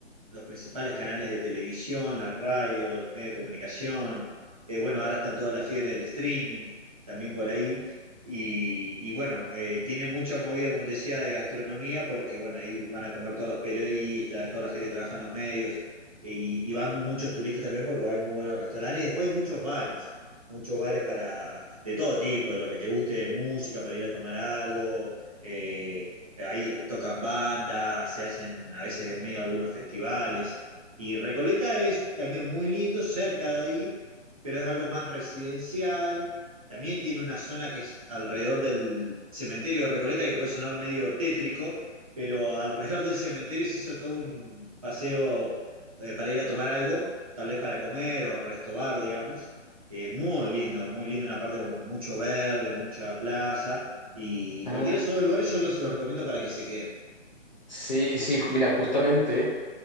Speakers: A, on the right (about 30°); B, on the left (about 40°).
A: los principales canales de televisión, la radio, los medios de comunicación, Eh, bueno, ahora están toda la fiebre del streaming, también por ahí, y, y bueno, eh, tiene mucha movida, como te decía, de gastronomía, porque bueno, ahí van a comer todos los periodistas, toda la gente que trabaja en los medios, y, y van muchos turistas también porque hay muy buenos restaurantes, y después hay muchos bares muchos bares para, de todo tipo, de lo que te guste de música, para ir a tomar algo, eh, ahí tocan bandas, se hacen a veces medio algunos festivales. Y Recoleta es también muy lindo, cerca de ahí, pero es algo más residencial. También tiene una zona que es alrededor del cementerio de Recoleta, que puede sonar medio tétrico, pero alrededor del cementerio se hizo todo un paseo eh, para ir a tomar algo, tal vez para comer o restobar, digamos. Eh, muy lindo, muy lindo, una parte con mucho verde, mucha plaza. Y cualquiera
B: Ah.
A: de esos dos lugares yo los, los recomiendo para que se queden.
B: Sí, sí, ju- mira, justamente